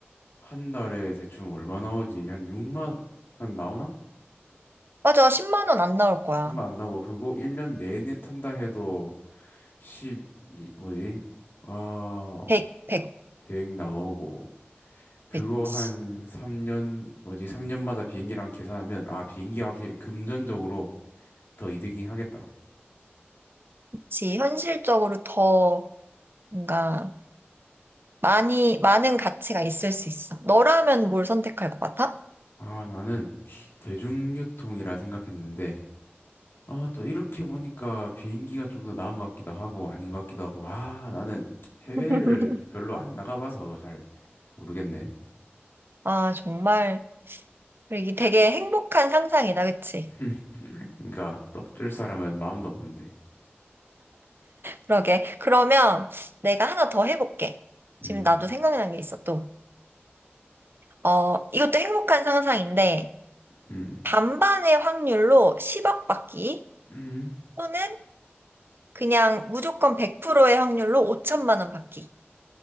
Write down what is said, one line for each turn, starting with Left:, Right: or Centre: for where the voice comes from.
Left: 한 달에 대충 얼마 나오지? 한 6만 한 나오나?
Right: 맞아, 10만 원 안 나올 거야.
Left: 6만 안 나오고 그거 1년 내내 탄다 해도 1이 뭐지? 아,
Right: 100, 100,
Left: 100 나오고 그거
Right: 그치.
Left: 한 3년 뭐지? 3년마다 비행기랑 계산하면 아, 비행기가 확실히 금전적으로 더 이득이 하겠다.
Right: 그치. 현실적으로 더 뭔가 많이, 많은 가치가 있을 수 있어. 너라면 뭘 선택할 것 같아?
Left: 아, 나는 대중교통이라 생각했는데 아, 또 이렇게 보니까 비행기가 좀 더 나은 것 같기도 하고 아닌 것 같기도 하고. 아, 나는 해외를
Right: <laughs>
Left: 별로 안 나가봐서 잘 모르겠네.
Right: 아, 정말. 그리고 이게 되게 행복한 상상이다, 그치?
Left: <laughs> 그러니까 떡줄 사람은 마음도 없는데.
Right: 그러게. 그러면 내가 하나 더 해볼게. 지금
Left: 음,
Right: 나도 생각난 게 있어, 또. 어, 이것도 행복한 상상인데,
Left: 음,
Right: 반반의 확률로 10억 받기,
Left: 음.
Right: 또는 그냥 무조건 100%의 확률로 5천만 원 받기.